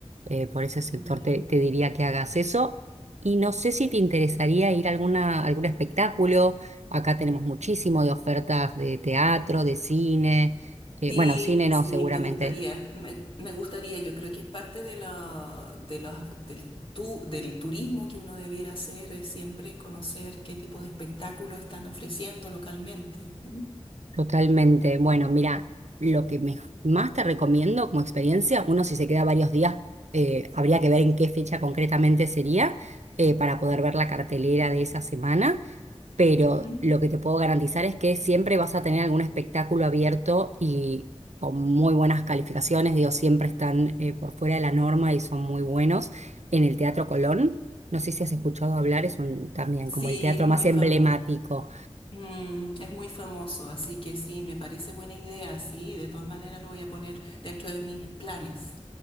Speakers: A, on the right; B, on the left.
A: Eh, por ese sector
B: ya.
A: te, te diría que hagas eso. Y no sé si te interesaría ir a alguna, algún espectáculo. Acá tenemos muchísimo de ofertas de teatro, de cine. Eh,
B: Sí,
A: bueno, cine no,
B: sí,
A: seguramente
B: me gustaría, me, me gustaría, yo creo que es parte de la, de los, del, tu, del turismo que uno debiera hacer, es siempre conocer qué tipo de espectáculos están ofreciendo localmente. ¿m?
A: Totalmente. Bueno, mira, lo que me- más te recomiendo como experiencia, uno si se queda varios días, eh, habría que ver en qué fecha concretamente sería eh, para poder ver la cartelera de esa semana, pero
B: Ujú.
A: lo que te puedo garantizar es que siempre vas a tener algún espectáculo abierto y con muy buenas calificaciones, digo, siempre están eh, por fuera de la norma y son muy buenos en el Teatro Colón. No sé si has escuchado
B: Mm.
A: hablar, es un, también
B: Sí,
A: como el teatro
B: es
A: más
B: muy famoso,
A: emblemático.
B: Mm, es muy famoso, así que sí, me parece buena idea, sí, de todas maneras lo voy a poner dentro de mis planes.